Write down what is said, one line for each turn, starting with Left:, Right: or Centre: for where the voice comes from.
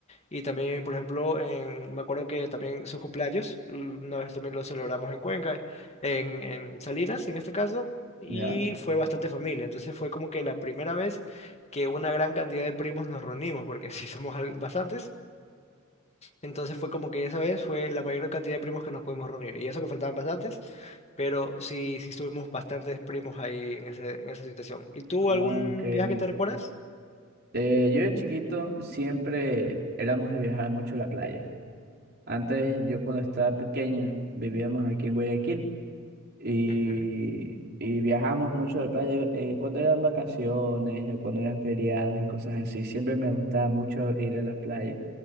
Left: Y también, por ejemplo, en, me acuerdo que también sus cumpleaños, mm, una vez también lo celebramos en Cuenca, en, en Salinas en este caso, y
Right: ¿ya?
Left: fue bastante familia. Entonces fue como que la primera vez que una gran cantidad de primos nos reunimos, porque <laughs> sí somos al- bastantes. Entonces fue como que esa vez fue la mayor cantidad de primos que nos pudimos reunir. Y eso que faltaban bastantes, pero sí, sí estuvimos bastantes primos ahí en ese, en esa situación. ¿Y tú
Right: Ah,
Left: algún
Right: ok,
Left: viaje
Right: ok.
Left: que te recuerdas?
Right: Eh, yo de chiquito siempre éramos de viajar mucho a la playa. Antes, yo cuando estaba pequeño, vivíamos aquí en Guayaquil y,
Left: Ujú,
Right: y viajamos mucho a la playa eh, cuando eran vacaciones o cuando eran feriados y cosas así. Siempre me gustaba mucho ir a la playa.